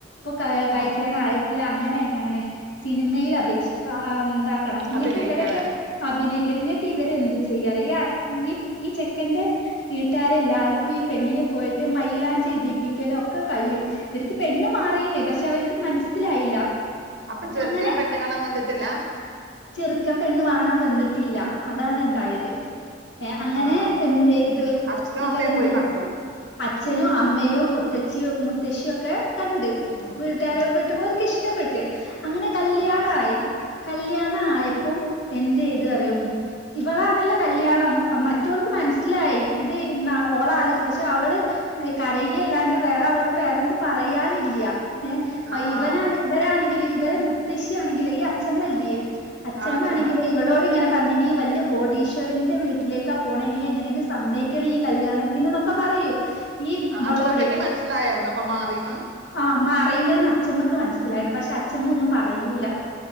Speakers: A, on the left; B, on the right.
A: പ്പൊ ക
B: ഉം
A: കഴിക്കാനായി ഇല്ല അങ്ങനെയെങ്ങാണ് സിനിമയില് അപേക്ഷി
B: ഉം
A: ആഹ് ന്താക്കണം എന്നിട്ട്
B: അഭിനയിക്കാന്
A: ഇവരൊക്കെ അഭിനയിക്കണം. ഇങ്ങട്ട് ഇവരെന്ത് ചെയ്യാറിയൊ ഈയാ ഈ ഈ ചെക്കന്റെ വീട്ടാരെ എല്ലാർക്കും ഈ പെണ്ണിനെ പോയിട്ട് മൈയിലാഞ്ചി ഇടിപ്പി യ്ക്കലോക്കെ കയ്യും ഇവർക്ക് പെണ്ണ് മാറിന്നേ പക്ഷെ അവർക്ക് മനസ്സിലായില്ല
B: അപ്പൊ ചെറുക്കൻ
A: അങ്ങനെ
B: പെണ്ണ് കാണാൻ വന്നിട്ടില്ല
A: ചെറുക്കൻ പെണ്ണ് വാണാൻ വന്നിട്ടില്ല അതാണണ്ടായത് ഏയ് അങ്ങനെ
B: ആഹ്
A: എന്തേയ്ത്
B: അച്ഛനും
A: ഇവരെന്തെ
B: അമ്മയും പോയി കണ്ടു
A: അച്ഛനും അമ്മയും മുത്തച്ഛിയും മുത്തശ്ശിയൊക്കെ കണ്ട്
B: ഉം
A: വീട്ടുകാരെ
B: ഉം
A: വീട്ടു പോയ വർക്കിഷ് ടപ്പെട്ട് അങ്ങനെ കല്യാണായി
B: ആഹ്
A: കല്യാണായപ്പം എന്തേയ്ത്റിയും ഇവളാണല്ലോ കല്യാണം മ റ്റൊൾക്ക് മനസ്സിലായി ഇത് ഇന്ന ഓളാലോയിച്ചു പക്ഷെ അവള് കരയ്യ ല്ലാണ്ട് വേറെ അവൾക്ക് വേറെന്നും പറയാനില്ല
B: ആഹ്
A: ഇവനാണ്
B: ആഹ്
A: ഇവരാണെങ്കില് ഇവരെ മുത്തശ്ശിയാണെങ്കില് ഈ അച്ഛമ്മല്ല്യേ അച്ഛമ്മാണെങ്കില്
B: ആഹ് അച്ഛമ്മ
A: ഇവളോ ഇങ്ങനെ പറഞ്ഞിനീ വല്ല്യ കോടീശ്വരന്റെ വീട്ടിലേക്ക പോണനി എങ്ങനെങ്കിലും സമ്മയിക്കണ ഈ കല്യാണ പിന്നെതൊക്കെ പറയും ഈ
B: ആ
A: ഇവളോട്
B: അച്ഛമ്മയ്ക്ക് മനസ്സിലായർന്നൊ അപ്പൊ മാറീന്ന്
A: അമ്മാറിണ്ന്ന് അച്ഛമ്മക്ക് മനസ്സിലായിണ് പക്ഷെ അച്ഛമ്മ ഒന്നും പറയൂല